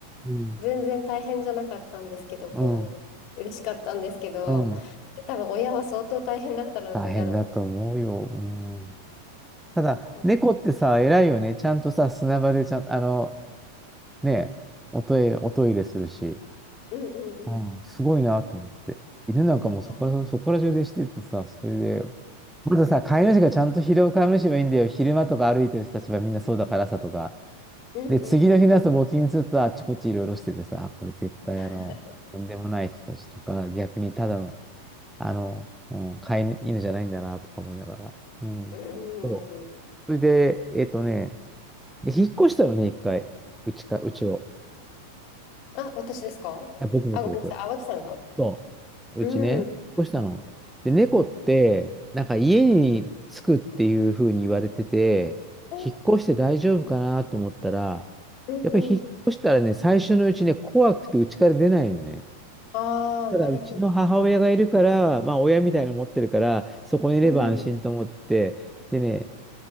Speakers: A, in the centre; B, on the left.
A: うん、
B: 全然大変じゃなかったんですけど、こう、
A: うん、
B: 嬉しかったんですけど、
A: うん。
B: 多分親は相当大変だったらだろう
A: 大変だと思うよ。うん。ただ、
B: な。はい
A: 猫ってさ、偉いよね。ちゃんとさ、砂場でちゃん、あの、ね、おトイレ、おトイレするし。
B: うんうんうん。
A: うん、すごいなと思って。犬なんかもうそこら、
B: いや、うん
A: そこら中でしててさ、それで、まずさ、飼い主がちゃんと拾う飼い主はいいんだよ。昼間とか歩いてる人たちはみんなそうだからさとか。
B: うんうんうん。
A: で、次の日の朝、ウォーキングすると、あっちこっちいろいろしててさ、あこれ絶対あの、
B: はい。
A: とんでもない人たちとか、逆にただの、あの、うん、飼い犬じゃないんだな、とか思いながら。うん。
B: うん。
A: そうそれで、えっとね、で、引っ越したよね、一回。うちか、うちを。
B: あ、私ですかあ、
A: あ、僕、僕、
B: ごめんなさい。
A: 僕。
B: あ、脇さんが。
A: そう。
B: うん。
A: うちね、引っ越したの。で、猫って、なんか家に着くっていうふうに言われてて、
B: え
A: 引っ越して大丈夫かなと思ったら、
B: うんうん。
A: やっぱり引っ越したらね、最初のうちね、怖くて家から出ないのね。
B: ああ、
A: ただ、
B: 慣れてないから。
A: うちの母親がいるから、まあ、親みたいなの持ってるから、そこにいれば安心と思って、
B: うん。
A: でね、